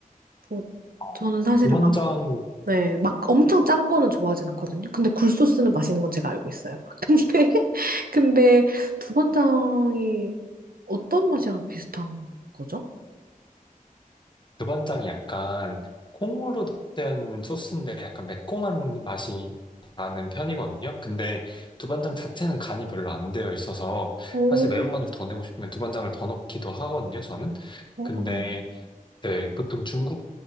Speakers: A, on the right (about 90°); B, on the left (about 35°).
A: 뭐,
B: 어,
A: 저는 사실
B: 두반장
A: 막 네, 막 엄청 짠 거는 좋아하진 않거든요. 근데 굴소스는 마시는 건 제가 알고 있어요. <laughs> 근데, 근데 두반장이 어떤 맛이랑 비슷한 거죠?
B: 두반장이 약간 콩으로 된 소스인데 약간 매콤한 맛이 나는 편이거든요. 근데 두반장 자체는 간이 별로 안 되어 있어서
A: 오,
B: 사실 매운맛을 더 내고 싶으면 두반장을 더 넣기도 하거든요, 저는.
A: 어,
B: 근데
A: 어.
B: 네, 보통 중국